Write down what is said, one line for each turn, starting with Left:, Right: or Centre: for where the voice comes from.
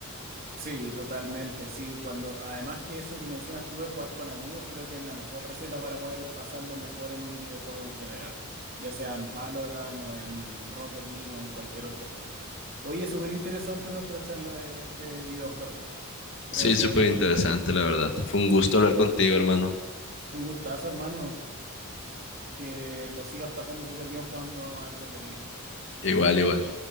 Right: Sí, totalmente, sí, cuando además que eso que mencionas tú de jugar con amigos, creo que es la mejor receta para poder pasarlo mejor en un videojuego en general, ya sea en Valorant o en Rocket League o en cualquier otro juego. Hoy es súper interesante nuestra charla de, de videojuegos. Creo
Left: Sí,
Right: que
Left: súper interesante, la verdad. Fue un gusto hablar contigo, hermano.
Right: un gustazo, hermano, que lo sigas pasando súper bien jugando al Rocket League.
Left: Igual, igual.